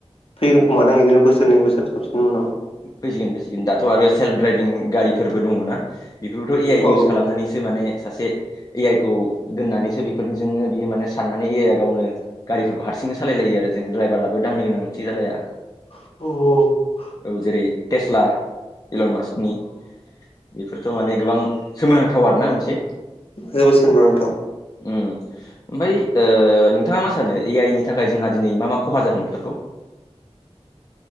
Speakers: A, on the left; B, on the left.
A: फैगोन खोमादां बिदिनो बोसोरनै बोसोरथामसिननि उनाव
B: फैसिगोन फैसिगोन दाथ' आरो सेल्फ ड्राइभिं गारिफोरबो दङ ना बेफोरखौथ' ए आइ
A: औ
B: इउस खालामनानैसो माने सासे ए आइखौ दोननानैसो बेफोरजोंनो बियो माने साननानै ए आइआ गावनो गारिफोरखौ हारसिंनो सालायलाय जायो आरो जों द्राइभाराबो दांनो गोनांथि जालाया।
A: <unintelligible>
B: औ जेरै टेस्ला इलन मास्कनि। बेफोरथ' माने गोबां सोमोनांथाव आरोना मोनसे।
A: <unintelligible>
B: ओम ओमफ्राय ओ नोंथाङा मा सानो ए आइ नि थाखाय जोंहा दिनै मा मा खहा जादों बेफोरखौ? <inaudible>